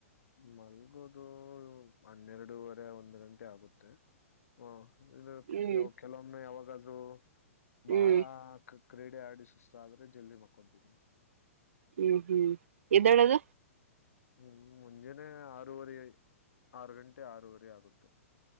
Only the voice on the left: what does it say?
ಮಲ್ಗೋದು ಹನ್ನೆರಡುವರೆ ಒಂದು ಗಂಟೆ ಆಗುತ್ತೆ ಹ
ಕೆಲವೊಮ್ಮೆ ಆವಾಗ ಹ
ಬಾಳ ಕ್ರೀಡೆ ಆಗಿ ಸುಸ್ತು ಆದ್ರೆ ಜಲ್ದಿ ಮಕ್ಕೊಂತಿವಿ
ಹ್ಮ್ ಮುಂಜಾನೆ ಆರವರಿ ಆರು ಗಂಟೆ ಆರೂವರೆ ಆಗುತ್ತೆ